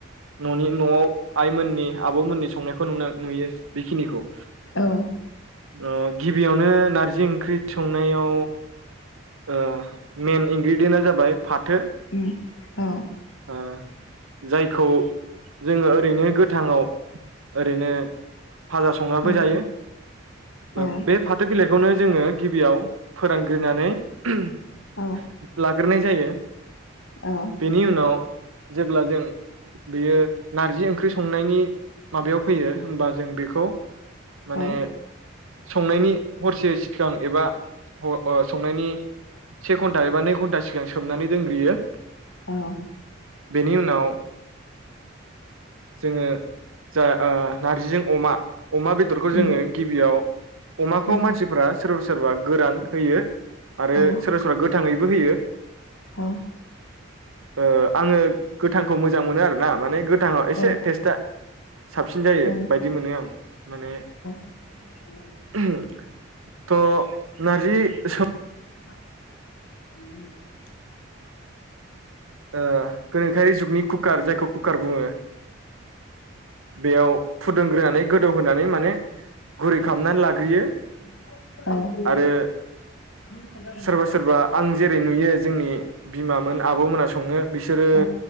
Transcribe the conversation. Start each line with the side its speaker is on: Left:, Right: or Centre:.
Right: न'नि न'आव आइमोननि आबमोननि संनायखौ नुनो नुयो बेखिनिखौ।
Left: औ।
Right: ओ गिबियावनो नारजि ओंख्रि संनायाव ओ मेइन इनग्रेडियेन्टआ जाबाय फाथो
Left: उम औ
Right: ओ जायखौ जोङो ओरैनो गोथाङाव ओरैनो फाजा संनानैबो
Left: औ
Right: जायो।
Left: औ
Right: ओ बे फाथो बिलाइखौनो जोङो गिबियाव फोरानग्रोनानै <unintelligible>
Left: औ
Right: लाग्रोनाय जायो।
Left: औ।
Right: बेनि उनाव जेब्ला जों बेयो नारजि ओंख्रि स संनायनि माबायाव फैयो होमबा जों बेखौ माने
Left: औ
Right: संनायनि हरसे सिगां एबा हर अ संनायनि से घन्टा एबा नै घन्टा सिगां सोमनानै दोनग्रोयो।
Left: औ
Right: बेनि उनाव जोङो जा ओ नारजिजों अमा, अमा बेदरखौ
Left: उम
Right: जोङो गिबियाव अमाखौ
Left: औ
Right: मानसिफोरा सोरबा सोरबा गोरान होयो आरो
Left: औ
Right: सोरबा सोरबा गोथाङैबो होयो।
Left: अ।
Right: ओ आङो गोथांखौ मोजां मोनो आरो ना माने गोथाङाव एसे
Left: औ
Right: टेस्टआ साबसिन जायो
Left: औ
Right: बायदि मोनो आं, माने
Left: <inaudible>
Right: <unintelligible> थ' नारजि सो
Left: <inaudible>
Right: ओ गोनोखोआरि जुगनि कुकार जायखौ कुकार बुङो, बेयाव फुदुंग्रोनानै गोदौहोनानै माने गुरै खालामनानै लाग्रोयो।
Left: औ।
Right: आरो
Left: <inaudible>
Right: सोरबा सोरबा आं जेरै नुयो जोंनि बिमामोन आब'मोना सङो बिसोरो
Left: औ